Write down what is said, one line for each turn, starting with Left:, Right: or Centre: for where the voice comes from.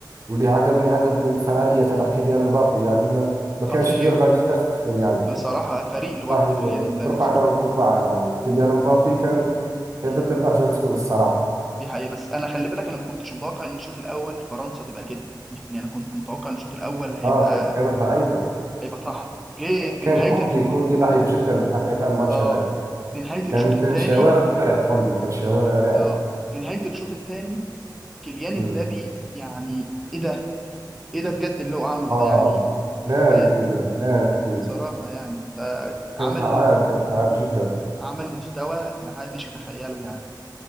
Right: واللي عجبني عجبني الفعالية تبع كيليان مبابي يعني ما ما
Centre: خطير
Right: كانش بيرضى يستسلم يعني
Centre: بصراحة فريق لوحده
Right: والله
Centre: كيليان امبابي
Right: ترفع
Centre: بصراحة
Right: له القبعة يعني كيليان مبابي كان كان
Centre: مم.
Right: ضد الأرجنتين الصراحة
Centre: دي حقيقة بس انا خلي بالك انا ما كنتش متوقع ان الشوط الاول فرنسا تبقى كده يعني انا كنت متوقع ان الشوط الاول هيبقى
Right: اه ك- كانت ضعيفة
Centre: هيبقى طحن جه في
Right: كان
Centre: نهاية
Right: كوندي
Centre: ال...
Right: كوندي ضعيف جدا الحقيقة الماتش
Centre: اه
Right: هذاك
Centre: في نهاية الشوط
Right: كان كان
Centre: الثاني
Right: شوارع كوندي كان شوارع
Centre: اه في نهاية الشوط الثاني كيليان
Right: امم
Centre: امبابي يعني ايه ده ايه ده بجد اللي هو عمله
Right: اه
Centre: ده يعني
Right: ناري
Centre: كفاية
Right: كيليان ناري
Centre: بصراحة يعني فعمل
Right: كان فعال كان فعال جدا
Centre: عمل مستوى محدش يتخيله يعني